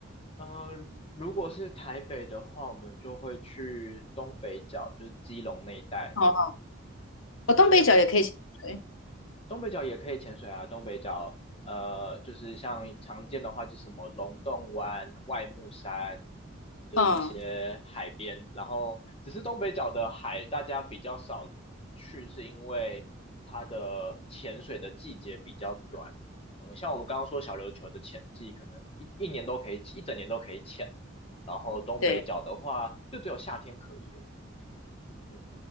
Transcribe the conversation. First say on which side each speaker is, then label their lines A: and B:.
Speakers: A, on the left; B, on the left.
A: 呃，如果是台北的话，我们就会去东北角，就是基隆那一带。
B: 哦，哦，东北角也可以潜水。
A: 对，东北角也可以潜水啊，东北角呃，就是像常见的话，就是什么龙洞湾、外木山，就是一些海边。
B: 嗯，
A: 然后，只是东北角的海大家比较少去，是因为它的潜水的季节比较短。嗯，像我们刚刚说小琉球的潜季，可能一一年都可以，一整年都可以潜。然后东北角的话，
B: 对，
A: 就只有夏天可以而已。嗯，